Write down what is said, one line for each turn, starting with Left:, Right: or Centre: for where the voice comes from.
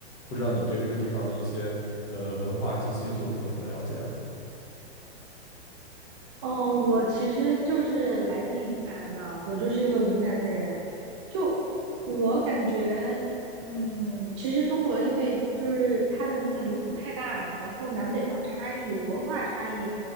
Left: 不知道你对这个地方的一些呃文化一些习俗有没有什么了解啊？
Right: 哦，我其实就是来自云南的，我就是一个云南的人。就我感觉，嗯，其实中国因为就是它的那个领土太大了，然后南北方差异、文化差异，